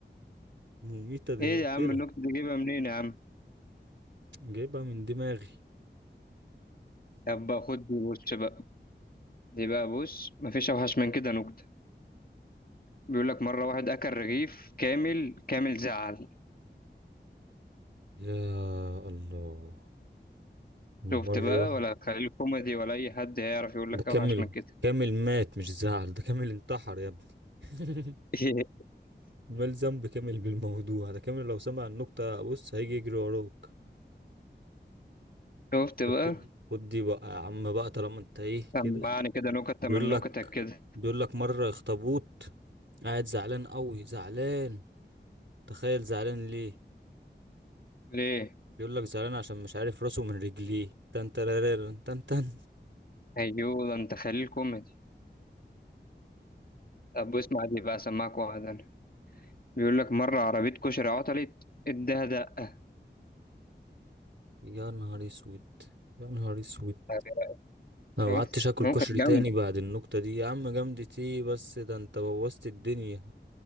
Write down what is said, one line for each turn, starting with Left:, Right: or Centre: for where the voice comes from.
Right: مميتة دي
Left: ايه
Right: مقتلة
Left: يا عم النكتة دي جايبها منين يا عم
Right: جايبها من دماغي
Left: طب بقى خد دي بص بقى دي بقى بص مفيش اوحش من كده نكتة بيقول لك مرة واحد اكل رغيف كامل كامل زعل
Right: يا الله مرة
Left: شفت بقى ولا خليل كوميدي ولا اي حد هيعرف يقول
Right: ده
Left: لك
Right: كامل
Left: اوحش من كده
Right: كامل مات مش زعل ده كامل انتحر يا ابني <laughs>
Left: <laughs>
Right: مال ذنب كامل بالموضوع ده كامل لو سمع النكتة بص هيجي يجري وراك
Left: شفت بقى
Right: طب خد خد دي بقى يا عم بقى طالما انت ايه
Left: سمعني
Right: كده
Left: كده نكتة
Right: بيقول
Left: من نكتك
Right: لك
Left: كده
Right: بيقول لك مرة اخطبوط قاعد زعلان قوي زعلان تخيل زعلان ليه
Left: ليه
Right: بيقول لك زعلان عشان مش عارف راسه من رجليه تن ترارارن، تن تن
Left: ايوه ده انت خليل كوميدي طب اسمع دي بقى سمعك واحد انا بيقول لك مرة عربية كشري عطلت اداها دقة
Right: يا نهار اسود يا نهار اسود
Left: طب يا-
Right: انا
Left: شفت
Right: ما قعدتش اكل
Left: نكت
Right: كشري
Left: جامدة
Right: تاني بعد النكتة دي يا عم جامدة ايه بس ده انت بوظت الدنيا